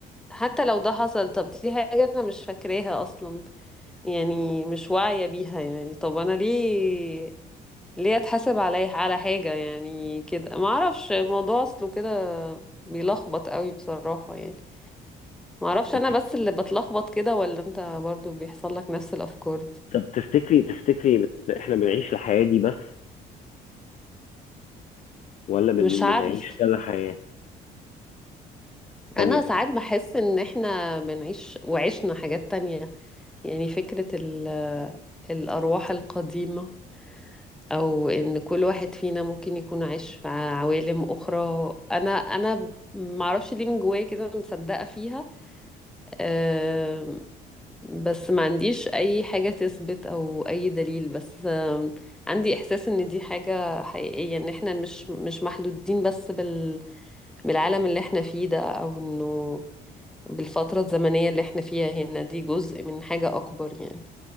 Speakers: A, in the centre; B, on the left.
A: حتى لو ده حصل طب دي حاجة انا مش فاكراها اصلا يعني مش واعية بيها يعني طب أنا ليه ليه أتحاسب علي على حاجة يعني كده ما أعرفش الموضوع أصله كده بيلخبط قوي بصراحة يعني ما أعرفش
B: طب
A: أنا
B: تفت-
A: بس اللي بتلخبط كده ولا أنت برضو بيحصل لك نفس الأفكار دي
B: طب تفتكري تفتكري بت- احنا بنعيش الحياه دي بس ولا بن-
A: مش عارف
B: بنعيش كذا حياه تانية
A: أنا ساعات بحس إن إحنا بنعيش وعشنا حاجات تانية يعني فكرة ال الأرواح القديمة او ان كل واحد فينا ممكن يكون عايش في عوالم اخرى انا انا معرفش ليه من جوايا كده مصدقة فيها أم، بس ما عنديش اي حاجة تثبت او اي دليل بس أم، عندي احساس ان دي حاجة حقيقية ان احنا مش مش محدودين بس بال بالعالم اللي احنا فيه ده او انه بالفترة الزمنية اللي احنا فيها هنا دي جزء من حاجة اكبر يعني